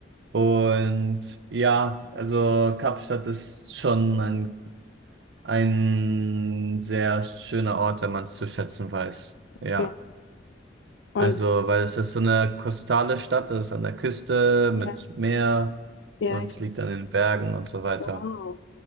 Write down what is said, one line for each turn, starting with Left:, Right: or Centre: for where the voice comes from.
Right: und ja, also Kapstadt ist schon ein, ein sehr schöner Ort, wenn man es zu schätzen weiß. Ja.
Left: okay. Und
Right: Also, weil es ist so eine kostale Stadt, das ist an der Küste mit
Left: ja,
Right: Meer
Left: ja,
Right: und
Left: ja,
Right: es liegt an den Bergen und so weiter.
Left: wow,